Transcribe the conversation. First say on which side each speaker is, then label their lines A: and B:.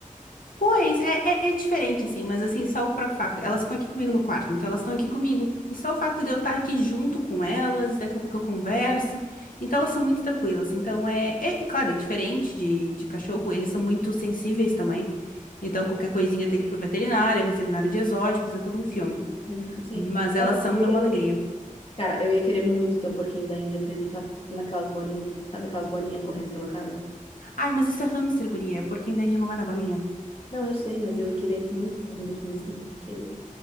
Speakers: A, on the left; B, on the left.
A: Pois, é, é, é diferente, assim, mas assim, só o próprio facto. Elas ficam aqui comigo no quarto, então elas estão aqui comigo. E só o fato de eu estar aqui junto com elas, daqui a pouco eu converso. Então elas são muito tranquilas. Então é, é, é claro, é diferente de, de cachorro, eles são muito sensíveis também. Então qualquer coisinha tem que ir pro veterinário, é veterinário de exóticos, é todo um filme.
B: Sim. sim.
A: Mas elas
B: Nossa,
A: são mesmo
B: eu ia-
A: alegria.
B: Cara, eu ia querer muito ter um porquinho da Índia pra ele estar naquelas bolinhas, sabe aquelas bolinhas correndo pela casa?
A: Ai, mas isso é hamster, guria, porque ainda a gente não vai na bolinha.
B: Não, eu sei, mas eu ia querer muito ter um bichinho assim, porque...